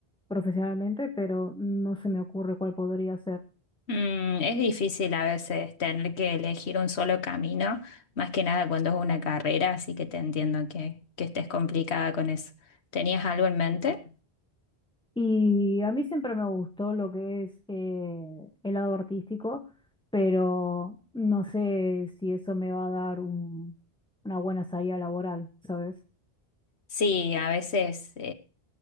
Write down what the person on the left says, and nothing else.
Mm, es difícil a veces tener que elegir un solo camino, más que nada cuando es una carrera, así que te entiendo que, que estés complicada con eso. ¿Tenías algo en mente?
Sí, a veces